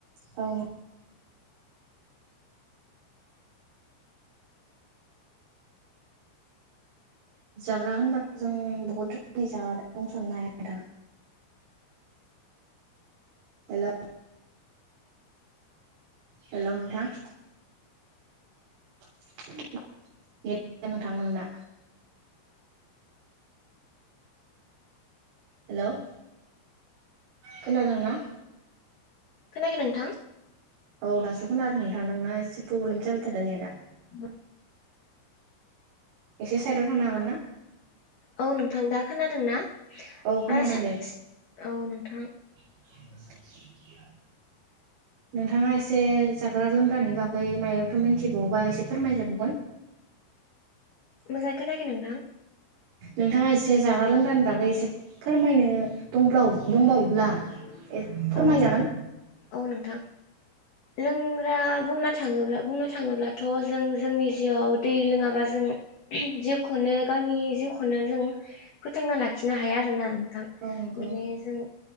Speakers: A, on the right (about 75°); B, on the left (about 80°).
A: औ जाग्रा होनबाथ' जों बहुद रोखोमनि जाग्रा बुंसननो हाया नोंथां। हेलौ हेल' नोंथां। <unintelligible> नोंथां नोंना हेल' खोनादों ना?
B: खोनायाखै नोंथां
A: औ दासो खोनादों नोंथां नोंना एसे प्रब्लेम जाबाय थादो नेटा।
B: बा
A: एसे साइदआव थांनो हागोन ना?
B: औ नोंथां दा खोनादों ना <unintelligible>
A: औ खोनादों दे
B: औ नोंथां
A: <inaudible> नोंथाङा एसे जाग्रा लोंग्रानि बागै मायबाफोर मिनथिबावोबा एसे फोरमायजाबावगोन।
B: मोजां खोनायाखै नोंथां।
A: नोंथाङा एसे जाग्रा लोंग्रानि बागै एसे फोरमायनो दंब्लाव दंबावोब्ला फोरमायजागोन।
B: औ औ नोंथां। लोंग्रा बुंना थाङोब्ला बुंनो थाङोब्लाथ' जों जोंनि जिउआव दै लोङाबा जों जिउखौनो गावनि जिउखौनो जों फोथांना लाखिनो हाया आरो ना नों थां
A: औ नंगौ
B: माने जों